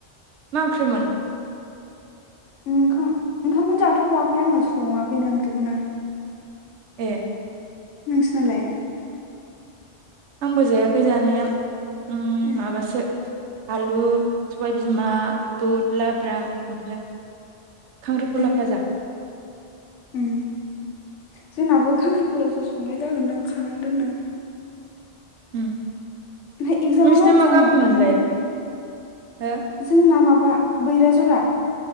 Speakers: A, on the right; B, on the left.
A: मा ओंख्रिमोन?
B: ओंखाम ओंखामखौनो जाथ'वाखै आङो सङाखैनो ओंख्रिखौनो।
A: ए
B: नोंस्रालाय।
A: आंबो जायाखै जानाया उम
B: ए
A: माबासो आलु सबायबिमा बुद लाब्रा ओमफाय खांख्रिखला
B: ए
A: भाजा
B: उम जोंनाबो खांख्रिखलासो संनाय जागोनदांं खानानै दोनदों
A: उम
B: ओमफ्राय एक्जामा
A: नोंसिना
B: मारै
A: मा
B: जानाय
A: गामिमोनलाय
B: नोंना
A: हो
B: जोंना माबा बैराजरा